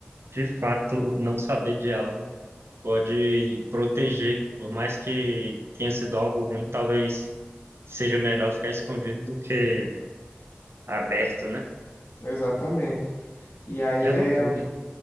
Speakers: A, on the right; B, on the left.
A: de fato, o não saber de algo pode proteger, por mais que tenha sido algo ruim, talvez seja melhor ficar escondido do que aberto, né?
B: Exatamente. E aí
A: É
B: é
A: loucura.
B: o que